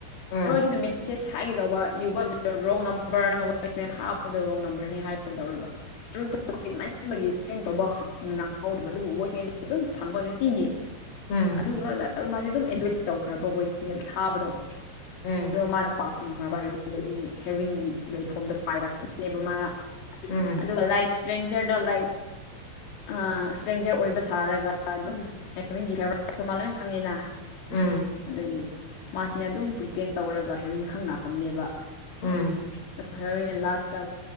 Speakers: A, on the left; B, on the left.
A: ꯎꯝ
B: ꯍꯦꯔꯣꯏꯁꯤꯅ ꯃꯦꯁꯦꯁ ꯍꯥꯏꯒꯦꯗꯧꯕ ꯌꯨ ꯒꯣꯠ ꯔꯣꯡ ꯅꯝ ꯅꯝꯕꯔ <unintelligible> ꯋꯦꯁꯃꯦꯟ ꯊꯥꯕꯗꯣ ꯔꯣꯡ ꯅꯝꯕꯔꯅꯤ ꯍꯥꯏꯒꯤꯗꯧꯔꯒ <unintelligible>
A: ꯎꯝ
B: ꯑꯗꯨꯒ ꯃꯥꯁꯦ ꯑꯗꯨꯝ ꯑꯦꯟꯗ꯭ꯔꯣꯏꯗ ꯇꯧꯈ꯭ꯔꯕ ꯚꯣꯏꯁꯅꯦꯜ ꯊꯥꯕꯗꯣ
A: ꯎꯝ
B: ꯑꯗꯣ ꯃꯥꯅ ꯄꯥꯝꯈ꯭ꯔꯕ ꯍꯥꯢꯕꯗꯣ ꯑꯗꯨꯒꯤ ꯍꯦꯔꯤꯟꯒꯤ ꯂꯩꯐꯣꯝꯗ ꯄꯥꯏꯔꯛꯄꯅꯦꯕ ꯃꯥꯅ
A: ꯎꯝ
B: ꯑꯗꯨꯒ ꯂꯥꯏꯛ ꯏꯁꯇ꯭ꯔꯦꯡꯖꯔꯗ ꯂꯥꯏꯛ ꯑꯥ ꯏꯁꯇ꯭ꯔꯦꯡꯖꯔ ꯑꯣꯏꯕ ꯁꯥꯔꯒ ꯑꯗꯨꯝ ꯍꯦꯔꯣꯋꯤꯟꯒꯤ <unintelligible> ꯃꯥ ꯂꯣꯏ ꯈꯪꯉꯤꯅ
A: ꯎꯝ
B: ꯑꯗꯒꯤ ꯃꯥꯁꯤ ꯑꯗꯨꯝ ꯄ꯭ꯔꯤꯇꯦꯟ ꯇꯧꯔꯒ ꯍꯤꯔꯨ꯭ꯏꯟ ꯈꯪꯅꯕꯅꯦꯕ
A: ꯎꯝ
B: ꯍꯦꯔꯣꯏꯟꯅ ꯂꯥꯁꯇꯥ